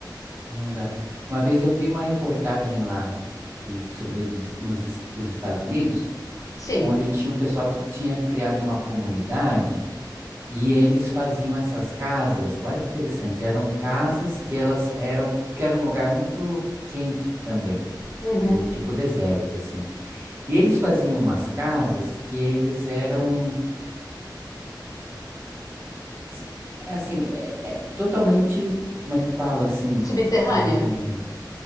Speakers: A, on the right (about 30°); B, on the left (about 50°).
A: Não dá. Uma vez eu vi uma reportagem lá que, sobre os, nos, es- os Estados Unidos,
B: Sim.
A: onde tinha um pessoal que tinha criado uma comunidade. E eles faziam essas casas, olha que interessante, eram casas que elas eram, porque era um lugar muito quente também,
B: Uhum.
A: um tipo deserto assim. E eles faziam umas casas que eles eram s- é assim, é, é totalmente, como é que fala assim,
B: Subterrânea.
A: é,